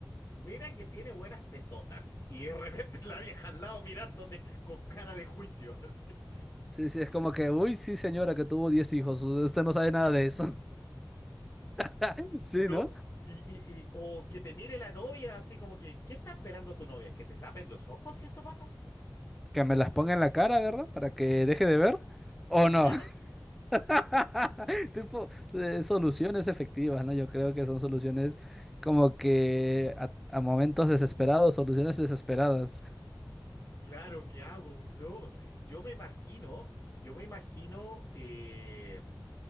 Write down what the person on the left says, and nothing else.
mira que tiene buenas tetotas. Y de repente <laughs> la vieja al lado mirándote con cara de juicio, <laughs> así.
¿No?
Y, y, y- o que te mire la novia, así como que, ¿qué está esperando tu novia? ¿Que te tapes los ojos si eso pasa? <laughs>
Claro.
Claro, ¿qué hago? No, sí, yo me imagino, yo me imagino eh,